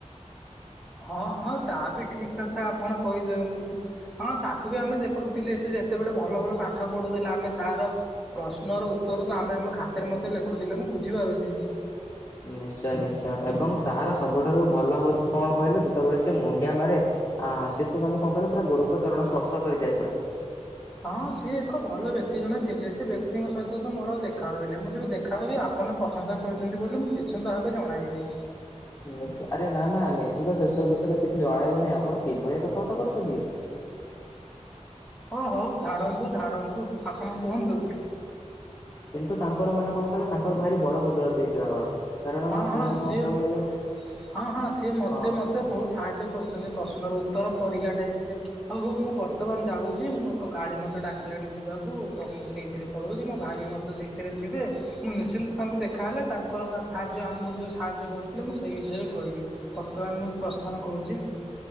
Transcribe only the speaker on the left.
ନିଶ୍ଚୟ ନିଶ୍ଚୟ ଏବଂ ତାହାର ସବୁଠାରୁ ଭଲ ହଉଛି କଣ କହିଲ ଯେତେବେଳେ ସେ ମୁଣ୍ଡିଆ ମାରେ ଆ ସେ ତୁ ମାନେ କଣ କହିଲ ପୁରା ଗୁରୁଙ୍କ ଚରଣ ସ୍ପର୍ଶ କରିଯାଏ ପୁରା।
ନିଶ୍ ଆରେ ନା ନା ନିଶ୍ଚିନ୍ତ ସେସବୁ ବିଷୟରେ କିଛି ଜଣାଇବେ ନାହିଁ ଆପଣ କିଭଳିଆ କଥାବାର୍ତ୍ତା କରୁଛନ୍ତି।
କିନ୍ତୁ ତାଙ୍କର ମାନେ କଣ କହିଲ ତାଙ୍କର ଭାରି ବଡ ହୃଦୟ ଦେଇଛି ତାଙ୍କର। କାରଣ
ମାନେ କଣ
କହିଲେ
ହଁ